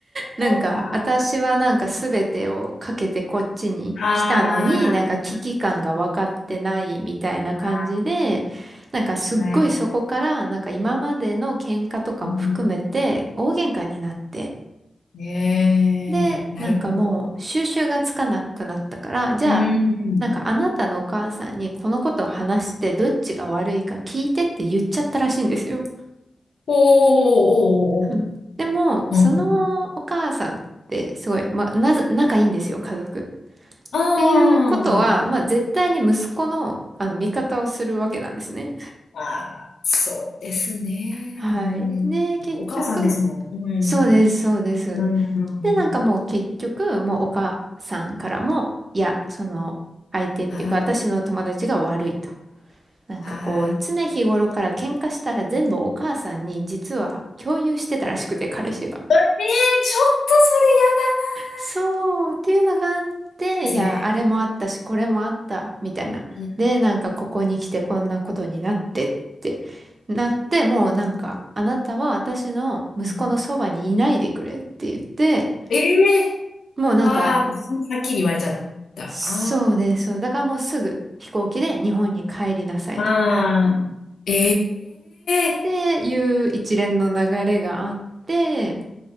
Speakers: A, on the right (about 40°); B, on the left (about 80°).
A: なんか、
B: そうか。
A: 私はなんか全てをかけてこっちに来たのに、
B: あ
A: なんか危機感が分かってないみたいな感じで、
B: あ、
A: なんかすっごいそこから、
B: はい。
A: なんか今までの喧嘩とかも含めて、
B: うん
A: 大喧嘩になって、
B: ねえ、
A: で、
B: なるほど。
A: なんかもう収拾がつかなくなったから、じゃあ、
B: うん。
A: なんかあなたのお母さんにこのことを話してどっちが悪いか聞いてって言っちゃったらしいんですよ。
B: おー、おー、
A: うんでも、
B: おー、おー。
A: そのお母さんってすごい、
B: うん
A: まあ、なぜ、仲いいんですよ、家族。っ
B: あ
A: ていうことは、
B: ー
A: まあ絶対に息子の、あの味方をするわけなんですね。
B: あー、そうですね。
A: はい。
B: うん、
A: で、結局、
B: お母さんですもん。うん。
A: そうです、そうです。
B: うん。うん
A: で、なんかもう結局、もうお母さんからも、いや、その、相手っていうか、
B: あ、
A: 私の友達が悪いと。なんかこう、
B: あー、
A: 常日頃から喧嘩したら全部お母さんに実は共有してたらしくて、彼氏が。
B: ええーちょっとそれ嫌だ
A: そう、っていうのがあって、
B: ですね。
A: いや、あれもあったし、これもあった、みたいな。
B: うん
A: で、なんかここに来てこんなことになってって、なって、もうなんか、あなたは私の息子のそばにいないでくれって言って、
B: うんええ
A: もうなんか
B: ー、わあ、はっきり言われちゃった。
A: そうです。
B: あー
A: そう。だからもうすぐ飛行機で日本に帰りなさいと。
B: あー、
A: っ
B: ええー
A: ていう一連の流れがあって、